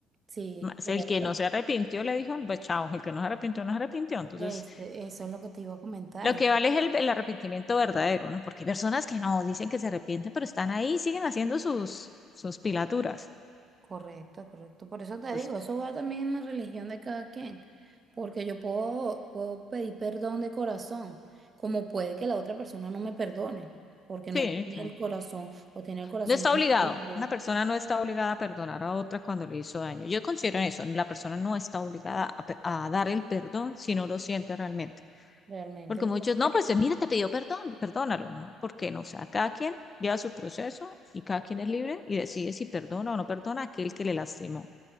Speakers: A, on the right; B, on the left.
A: Sí.
B: Más
A: Correcto.
B: el que no se arrepintió le dijo, pues chao, el que no se arrepintió, no se arrepintió. Entonces,
A: Este, eso es lo que te iba a comentar.
B: lo que vale es el, el arrepentimiento verdadero, ¿no? Porque hay personas que no dicen que se arrepienten, pero están ahí, siguen haciendo sus, sus pilaturas.
A: Correcto, correcto. Por eso te
B: Entonces,
A: digo, eso va también en la religión de cada quien, porque yo puedo, puedo pedir perdón de corazón, como puede que la otra persona no me perdone, porque no
B: sí,
A: tiene
B: sí.
A: el corazón o tiene el corazón
B: No está
A: muy
B: obligado.
A: duro
B: Una persona no está obligada a perdonar a otra cuando le hizo daño. Yo considero en eso. La persona no está obligada a, pe- a dar el perdón si no lo siente realmente.
A: realmente.
B: Porque
A: Lo
B: muchos,
A: que pasa
B: no,
A: es que-
B: pues mira, te pidió perdón, perdónalo, ¿no? Porque no, o sea, cada quien lleva su proceso y cada quien es libre y decide si perdona o no perdona a aquel que le lastimó.